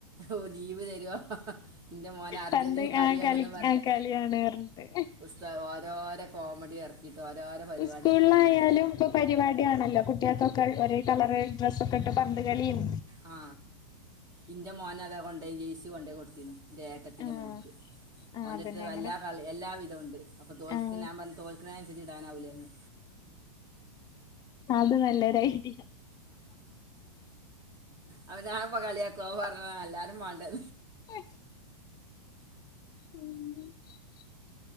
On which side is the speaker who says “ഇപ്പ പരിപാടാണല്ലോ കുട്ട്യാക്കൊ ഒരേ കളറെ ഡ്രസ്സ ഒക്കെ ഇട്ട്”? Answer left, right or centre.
Left